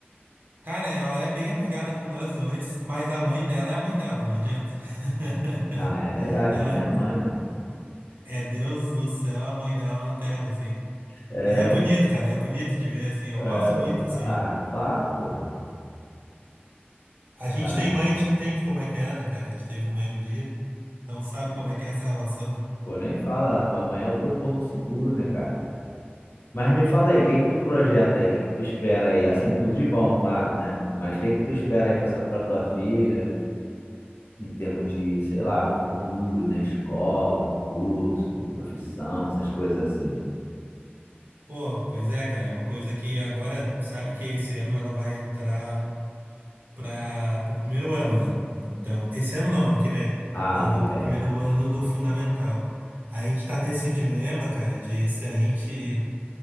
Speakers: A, on the right; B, on the left.
A: cara, ela é bem apegada com nós dois, mas a mãe dela é a mãe dela, não adianta. <laughs>
B: Ah, é verdade,
A: Ela
B: mãe é mãe, né, mano?
A: é Deus no céu, a mãe dela na terra, assim.
B: É,
A: E é bonito, cara, é bonito de ver, assim. Eu
B: é,
A: gosto
B: o-
A: muito, assim.
B: ah, claro, porra.
A: A gente
B: Ah,
A: tem mãe, a gente entende como é que é, né, cara? A gente teve mãe um dia, então sabe como é que é essa relação, né?
B: pô, nem fala, a tua mãe é o teu porto seguro, né, cara? Mas me fala aí, o que que tu projeta aí? O que que tu espera aí? Assim, tudo de bom, claro, né? Mas o que que tu espera aí pra, essa- pra tua filha? em termos de, sei lá, futuro, né? Escola, curso, profissão, essas coisas assim.
A: Pô, pois é, cara, é uma coisa que agora, sabe que esse ano ela vai entrar. para o primeiro ano, né? Então, esse ano não, ano que vem.
B: Ah,
A: Ela
B: ano
A: vai
B: que
A: pro
B: vem.
A: primeiro ano do fundamental. Aí a gente tá nesse dilema, cara, de se a gente